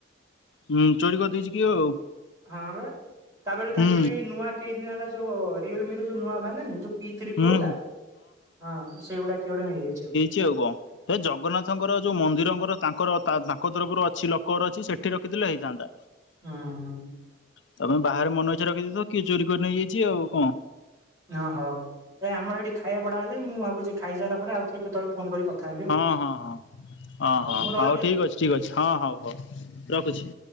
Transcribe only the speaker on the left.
ହୁଁ ଚୋରି କରିଦେଇଚି କିଏ ଆଉ
ହୁଁ
ହୁଁ
ହୁଁ
ଛି ଆଉ କଣ ହେ ଜଗନ୍ନାଥଙ୍କର ଯୋଉ ମନ୍ଦିରଙ୍କର ତାଙ୍କର ତା ତାଙ୍କ ତରଫରୁ ଅଛି ଲକର ଅଛି ସେଠି ରଖିଥିଲେ ହେଇଥାନ୍ତା
ତମେ ବାହାରେ ମନ ଇଛା ରଖିଦେଇଥିବ କିଏ ଚୋରି କରି ନେଇଯାଇଛି ଆଉ କଣ।
ହଁ
ହଁ ହଁ ଅ ହଁ
ହଉ ଠିକ୍
ଅଛି ଠିକ୍ ଅଛି ହଁ ହଉ ହଉ ରଖୁଛି